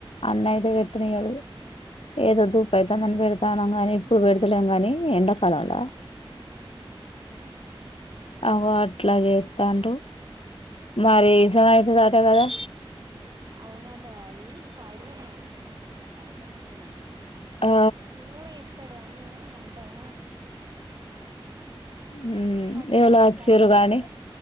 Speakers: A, on the left; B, on the right.
A: అన్న అయితే పె పెట్టనియ్యాడు ఏదో దుపయి <unintelligible> తందని పెడతానం కాని ఇప్పుడు పెడతలేం కాని ఎండాకాల లా
B: ఉ హ
A: ఓ అట్లా చేత్తండరు మరి ఇసం ఐతదంటా కదా
B: అవునటా అది పాయిజన్ అది పాయిజన్ అయితాది
A: ఆ
B: చిన్న కూడా చెప్తాడు అని వుంటావ
A: హ
B: పట్టించుకోను
A: ఏవాళ వచ్చింరు
B: కాకపోతే
A: గాని